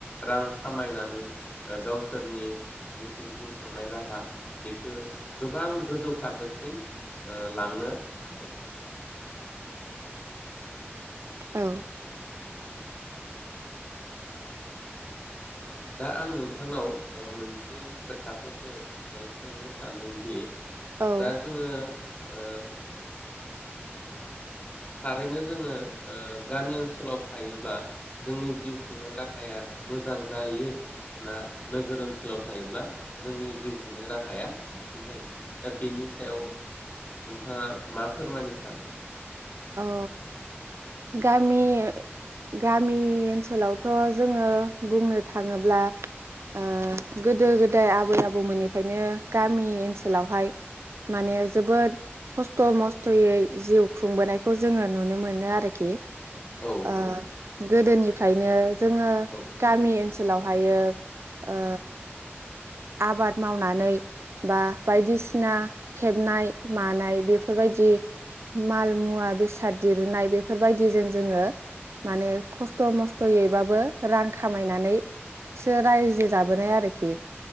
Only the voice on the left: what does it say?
रां खामायनानै ओ गावसोरनि जिथु जिउ खांनाय राहा बेखो गोबां गोजौ थाखोसिम ओ लांनो हादों।
दा आं नोंथांनाव ओ मोन बे खोथाखौसो ओ सोंनो सानदोंदि
दा जोङो ओ थारैनो जोङो ओ गामि ओनसोलाव थायोब्ला जोंनि जिउ खुंनाय राहाया मोजां जायो ना नोगोर ओनसोलाव थायोब्ला जोंनि जिउ खुंनाय राहाया साबसिन जायो दा बेनि सायाव नोंथाङा मा फोरमायनो सानो?
औ
औ